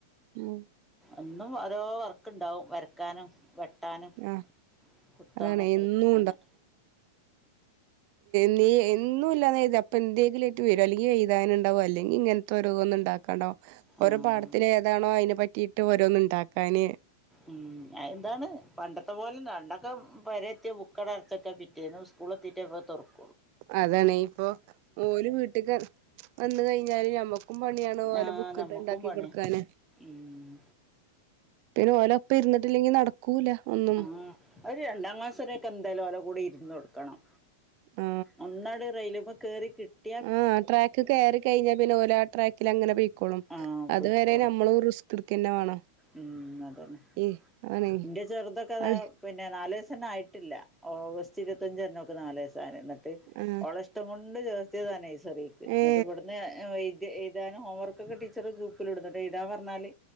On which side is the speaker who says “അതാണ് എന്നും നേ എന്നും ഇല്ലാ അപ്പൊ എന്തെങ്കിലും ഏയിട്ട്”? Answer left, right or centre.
Right